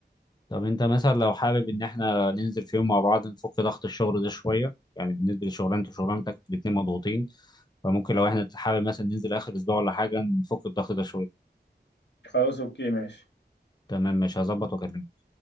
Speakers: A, on the left; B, on the left.
A: طب أنت مثلا لو حابب إن إحنا ننزل في يوم مع بعض نفك ضغط الشغل ده شوية يعني بالنسبة لشغلانتي وشغلانتك الاتنين مضغوطين فممكن لو إحنا حابب مثلا ننزل آخر أسبوع ولا حاجة نفك الضغط ده شوية
B: خلاص أوكي ماشي
A: تمام مش هظبط وأكلمك